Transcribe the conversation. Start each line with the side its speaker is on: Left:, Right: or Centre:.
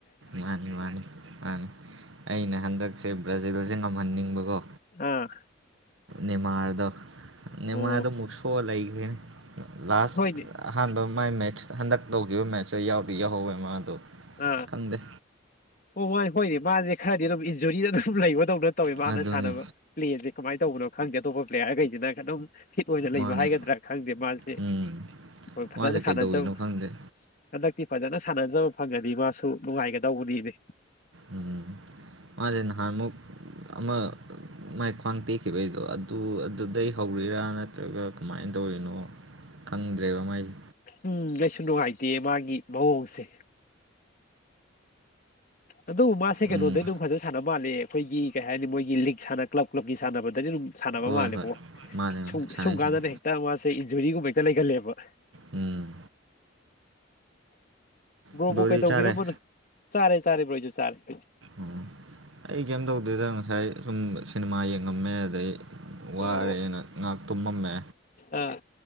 Right: ꯃꯥꯅꯤ ꯃꯥꯅꯤ ꯃꯥꯅꯤ ꯑꯩꯅ ꯍꯟꯗꯛꯁꯦ ꯕ꯭ꯔꯥꯖꯤꯜꯁꯦ ꯉꯝꯍꯟꯅꯤꯡꯕꯀꯣ
Left: ꯑꯥ
Right: ꯅꯦꯃꯥꯔꯗꯣ ꯅꯦꯃꯥꯔꯗꯣ
Left: ꯑꯣ
Right: ꯑꯃꯨꯛ ꯁꯣꯛꯑ ꯂꯩꯈ꯭ꯔꯦꯅꯦ ꯂꯥꯁ
Left: ꯍꯣꯏꯅꯦ
Right: ꯑꯍꯥꯟꯕ ꯃꯥꯏ ꯃꯦꯠꯆ ꯍꯟꯗꯛ ꯇꯧꯈꯤꯕ ꯃꯦꯠꯆꯁꯇ ꯌꯥꯎꯗꯤ ꯌꯥꯎꯍꯧꯋꯦ ꯃꯥꯗꯣ
Left: ꯑꯥ
Right: ꯈꯪꯗꯦ
Left: ꯑꯣ ꯍꯣꯏ ꯍꯣꯏꯅꯦ ꯃꯥꯁꯦ ꯈꯔꯗꯤ ꯑꯗꯨꯝ ꯏꯟꯖꯨꯔꯤꯗ ꯑꯗꯨꯝ ꯂꯩꯕꯗꯧꯅ ꯇꯧꯋꯤ ꯃꯥꯅ
Right: ꯑꯗꯨꯅꯤ
Left: ꯁꯥꯟꯅꯕ ꯄ꯭ꯂꯦꯁꯦ ꯀꯃꯥꯏꯅ ꯇꯧꯕꯅꯣ ꯈꯪꯗꯦ ꯑꯇꯣꯞꯄ ꯄ꯭ꯂꯦꯌꯥꯔꯈꯩꯁꯤꯅ ꯑꯗꯨꯝ ꯐꯤꯠ ꯑꯣꯏꯅ
Right: ꯃꯥꯅꯦ
Left: ꯂꯩꯕ ꯍꯥꯏꯒꯗ꯭ꯔꯥ ꯈꯪꯗꯦ ꯃꯥꯁꯦ
Right: ꯎꯝ
Left: ꯍꯣꯏ ꯐꯖꯅ
Right: ꯃꯥꯁꯦ ꯀꯩꯗꯧꯋꯤꯅꯣ
Left: ꯁꯥꯟꯖꯧ
Right: ꯈꯪꯗꯦ
Left: ꯍꯟꯗꯥꯛ ꯇꯤ ꯐꯖꯅ ꯁꯥꯟꯅꯖꯕ ꯐꯪꯉꯗꯤ ꯃꯥꯁꯨ ꯅꯨꯡꯉꯥꯏꯒꯗꯧꯕꯅꯤꯅꯦ
Right: ꯎꯝ ꯃꯥꯅꯍꯥꯟ ꯑꯃꯨꯛ ꯑꯃ ꯃꯥꯏ ꯈ꯭ꯋꯥꯡ ꯇꯦꯛꯈꯤꯕꯩꯗꯣ ꯑꯗꯨ ꯑꯗꯨꯗꯩ ꯍꯧꯔꯤꯔꯥ ꯅꯠꯇ꯭ꯔꯒ ꯀꯃꯥꯏꯅ ꯇꯧꯔꯤꯅꯣ ꯈꯪꯗ꯭ꯔꯦꯕ ꯃꯥꯏꯁꯦ
Left: ꯎꯝ ꯑꯩꯁꯨ ꯅꯨꯡꯉꯥꯏꯇꯦ ꯃꯥꯒꯤ ꯃꯑꯣꯡꯁꯦ ꯑꯗꯨ ꯃꯥꯁꯦ ꯀꯩꯅꯣꯗꯩ
Right: ꯎꯝ
Left: ꯑꯗꯨꯝ ꯐꯖꯅ ꯁꯥꯟꯅꯕ ꯃꯥꯜꯂꯦ ꯑꯩꯈꯣꯏꯒꯤ ꯀꯩ ꯍꯥꯏꯅꯤ ꯃꯣꯏꯒꯤ ꯂꯤꯛ ꯁꯥꯟꯅ ꯀ꯭ꯂꯕ ꯀ꯭ꯂꯕꯀꯤ ꯁꯥꯟꯅꯕꯗꯗꯤ ꯑꯗꯨꯝ ꯁꯥꯟꯅꯕ
Right: ꯍꯣꯏ
Left: ꯃꯥꯜꯂꯦꯀꯣ
Right: ꯍꯣꯏ ꯃꯥꯅꯦ ꯃꯥꯅꯦ
Left: ꯁꯨꯝ
Right: ꯁꯥꯟꯅꯩ
Left: ꯁꯨꯝ
Right: ꯁꯥꯟꯅꯩ
Left: ꯀꯥꯟꯗꯅ ꯍꯦꯛꯇ ꯃꯥꯁꯦ ꯏꯟꯖꯨꯔꯤꯒꯨꯝꯕ ꯍꯦꯛꯇ ꯂꯩꯒꯜꯂꯦꯕ
Right: ꯎꯝ
Left: ꯕ꯭ꯔꯣꯕꯨ
Right: ꯕꯣꯔꯤ
Left: ꯀꯩꯗꯧꯕꯤꯔꯝꯕꯅꯣ
Right: ꯆꯥꯔꯦ
Left: ꯆꯥꯔꯦ ꯆꯥꯔꯦ ꯕ꯭ꯔꯣꯁꯨ ꯆꯥꯔꯦ
Right: ꯎꯝ ꯑꯩ ꯀꯩꯝ ꯇꯧꯗꯣꯏꯗ ꯉꯁꯥꯏ ꯁꯨꯝ ꯁꯤꯅꯦꯃꯥ ꯌꯦꯡꯉꯝꯃꯦ ꯑꯗꯩ ꯋꯥꯔꯦꯅ
Left: ꯑꯣ
Right: ꯉꯥꯏꯍꯥꯛ ꯇꯨꯝꯃꯝꯃꯦ
Left: ꯑꯥ